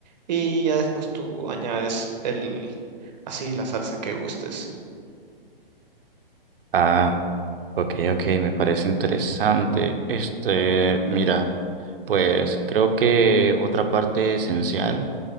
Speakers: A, on the right; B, on the right.
A: y ya después tú añades el, así la salsa que gustes.
B: Ah. Ok, ok, me parece interesante. Este, mira, pues creo que otra parte esencial